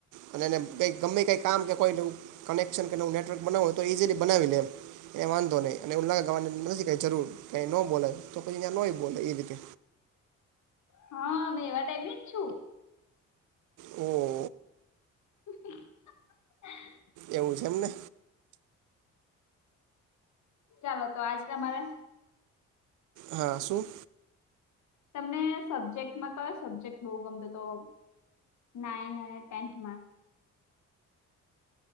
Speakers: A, on the right (about 80°); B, on the left (about 70°).
A: અને એને કંઈ ગમે કંઈ કામ કે કોઈ નવ કનેક્શન કે નવું નેટવર્ક બનાવ હોય તો ઇઝીલી બનાવી લેમ ક વાંધો નહીં અનેને ઉલ્લા ગવાની નથી કઈ જરૂર કાંઈ ન બોલેય તો પછી ત્યાં ન બોલે એ રીતે
B: હા મે એવાર ડબજ છું
A: હ
B: <unintelligible>
A: એવું છે એમને
B: ચાલો તો આજે તમારે
A: હા શું
B: તમને સબ્જેક્ટમાં કયો સબ્જેક્ટ બહુ ગમતો હતો નાઇન અને ટેથમાંહ